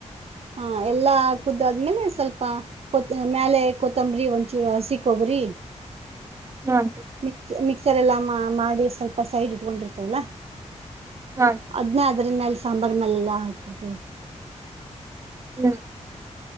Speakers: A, on the right; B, on the right.
A: ಹಾ ಎಲ್ಲಾ ಕುದ್ದಾದ್ಮೇಲೆ ಸ್ವಲ್ಪತ್ ಮೇಲೆ ಕೊತ್ತಂಬರಿಿ ಒಂಚೂರು ಹಸಿ ಕೊಬ್ಬರಿಿ ಹ್ರ
B: ಹಾ ಆಂಟಿ.
A: ಮಿಕ್ ಮಿಕ್ಸರ್ ಎಲ್ಲ ಮಾಡಿ ಸ್ವಲ್ಪ ಸೈಡ್ ಇಟ್ಕೊಂಡಿರ್ತವಲ್ಲ
B: ಹಾ ಆಂಟಿ
A: ಅದ್ನ್ನೇ ಅದ್ರ ಮೇಲೆ ಸಾಂಬಾರ್ ಮೇಲೆೆಲ್ಲಾ ಹಾಕ್ಬಿಡ್ತೇವಿ
B: ಹ್ಮ <inaudible>